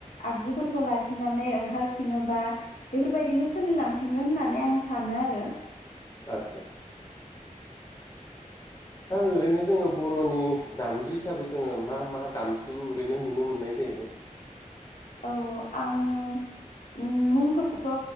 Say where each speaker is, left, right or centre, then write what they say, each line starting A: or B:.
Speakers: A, on the left; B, on the left.
A: आगजुफोरखौ लाफिननानै ओंखारफिनोबा बेफोरबायदिनो सोलिलांफिनगोन होननानै आं सानो।
B: आतसा। दा ओरैनो जोङो बर'नि दामजु हिसाबै जोङो मा मा दामजु ओरैनो नुनो मोननाय जायो।
A: औ आं मुंफोरखौथ'